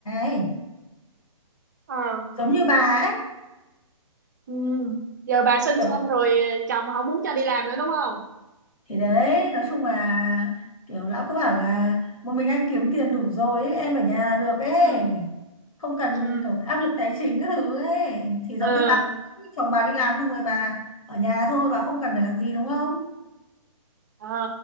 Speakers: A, on the left (about 75°); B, on the right (about 30°).
A: ấy,
B: Ờ.
A: giống như bà ấy.
B: Ừ. Giờ bà sinh
A: Kiểu
B: xong rồi chồng không muốn cho đi làm nữa đúng không?
A: thì đấy, nói chung là kiểu lão cứ bảo là một mình anh kiếm tiền đủ rồi ấy, em ở nhà được ấy,
B: ừ
A: không cần
B: ừ
A: kiểu áp lực tài chính các thứ ấy. Thì
B: Ờ.
A: giống như bà, ấy, chồng bà đi làm xong rồi bà ở nhà thôi, bà không cần phải làm gì đúng không?
B: Ờ.